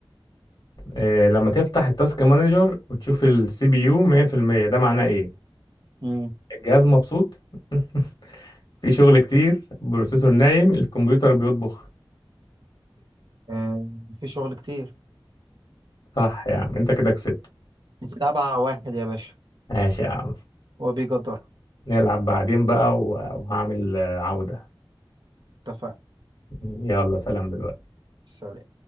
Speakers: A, on the left; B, on the right.
A: إيه لما تفتح التاسك مانجر وتشوف السي بي يو 100% ده معناه ايه
B: امم
A: الجهاز مبسوط <laughs> في شغل كتير بروسيسور نايم الكمبيوتر بيطبخ
B: آه في شغل كتير
A: صح يا عم انت كده كسبت
B: سبعة واحد يا باشا
A: ماشي يا عم
B: وبيقدر
A: نلعب بعدين بقى و- وهعمل آه، عودة
B: اتفقنا
A: يلا سلام دلوقتي
B: سلام